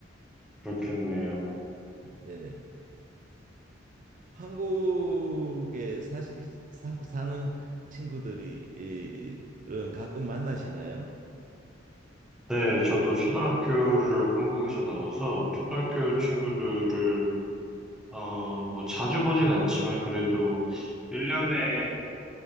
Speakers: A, in the centre; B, on the right.
A: 그렇겠네요.
B: 네. 한국에 사실 사- 사는 친구들이 이- 이런 가끔 만나시나요?
A: 네, 저도 초등학교를 한국에서 나와서 초등학교 친구들을 어, 뭐 자주 보진 않지만 그래도 1년에